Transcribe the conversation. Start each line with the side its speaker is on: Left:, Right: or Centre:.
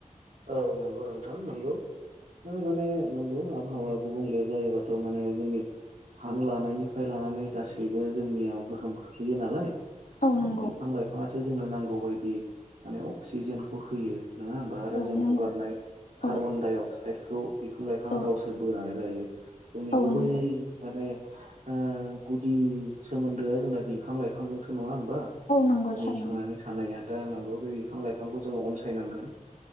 Right: औ नंगौ नोंथां नंगौ माने नंगौ आबहावा गुबुंले जायोबाथ' माने जोंनि हां लानायनिफ्राय लानानै गासैबो जोंनियाव गोहोम खोख्लैयो नालाय माने
Left: औ नंगौ
Right: बिफां लाइफाङासो जोंनो नांगौ बायदि माने अक्सिजेनखौ होयो नङा होमबब्ला
Left: औ
Right: जों
Left: नंगौ
Right: हगारनाय कार्बन
Left: औ
Right: डाइ अक्साइदखौ बिफां लाइफाङा
Left: औ
Right: गावसोर बोनानै लायो जोंनि
Left: औ
Right: गुबै
Left: नंगौ
Right: माने ओ गुदि सोमोनदोआ जोंना बिफां लाइफांजोंसो नङा होनबा बा
Left: औ नंगौ
Right: जोंनि
Left: थारैनो
Right: थांनानै थानाया दा नंगौ बे बिफां लाइफांखौ जोङो अनसायनांगोन